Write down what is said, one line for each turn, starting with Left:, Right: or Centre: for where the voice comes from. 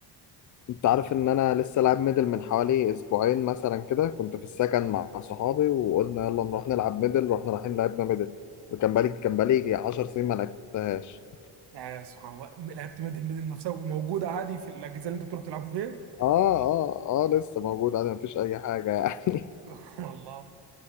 Left: أنت عارف إن أنا لسه لاعب ميدل من حوالي أسبوعين مثلا كده كنت في السكن مع صحابي وقلنا يلا نروح نلعب ميدل رحنا رايحين لعبنا ميدل وكان بقالي كان بقالي 10 سنين ما لعبتهاش
Right: يعني سبحان الله لعبت ميدل ميدل نفسها وموجودة عادي في الأجهزة اللي أنت بتروح تلعبوا فيها
Left: اه اه اه لسه موجود عادي مفيش اي حاجه يعني
Right: <laughs> سبحان الله